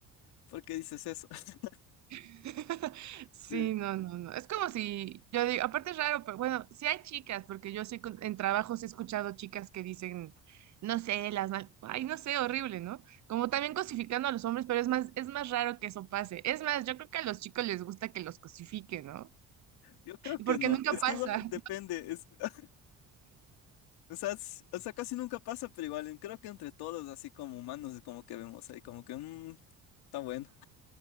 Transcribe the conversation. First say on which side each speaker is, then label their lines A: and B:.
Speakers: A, on the left; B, on the right.
A: ¿por qué dices eso? <laughs>
B: <laughs> Sí,
A: Sí,
B: no, no, no. Es como si, yo digo, aparte es raro, pero bueno, sí hay chicas, porque yo sí con- en trabajos he escuchado chicas que dicen, no sé, las mal, ay, no sé, horrible, ¿no? Como también cosificando a los hombres, pero es más, es más raro que eso pase. Es más, yo creo que a los chicos les gusta que los cosifiquen, ¿no?
A: yo creo que
B: Porque
A: no,
B: nunca
A: es
B: pasa.
A: que igual depende, es, <laughs> o sea, es- o sea, casi nunca pasa, pero igual en- creo que entre todos, así como humanos, es como que vemos ahí, como que, "Mm, está bueno.